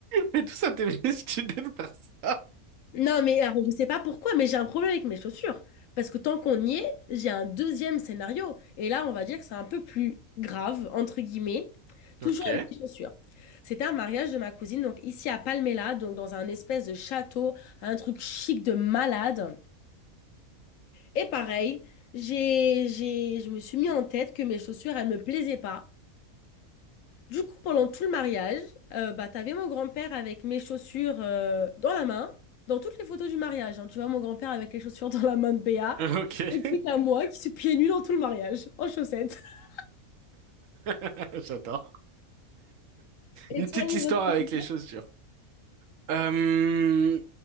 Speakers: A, on the right; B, on the left.
A: Mais tout ça t'es venu si tu de faire ça.
B: Non, mais alors, je sais pas pourquoi, mais j'ai un problème avec mes chaussures. Parce que tant qu'on y est, j'ai un deuxième scénario. Et là, on va dire que c'est un peu plus grave, entre guillemets, toujours
A: Ok.
B: avec les chaussures. C'était un mariage de ma cousine, donc ici à Palmela, donc dans un espèce de château, un truc chic de malade. Et pareil, j'ai, j'ai, je me suis mis en tête que mes chaussures, elles me plaisaient pas. Du coup, pendant tout le mariage, euh, bah, t'avais mon grand-père avec mes chaussures euh, dans la main, dans toutes les photos du mariage. hein. tu vois mon grand-père avec les chaussures dans la main de Béa.
A: <laughs> Ok,
B: Et puis t'as moi qui suis pieds nus dans tout le mariage, en chaussettes. <laughs>
A: <laughs> j'adore.
B: Et
A: Une
B: toi,
A: petite
B: niveau
A: histoire
B: souvenir?
A: avec les chaussures. Euh,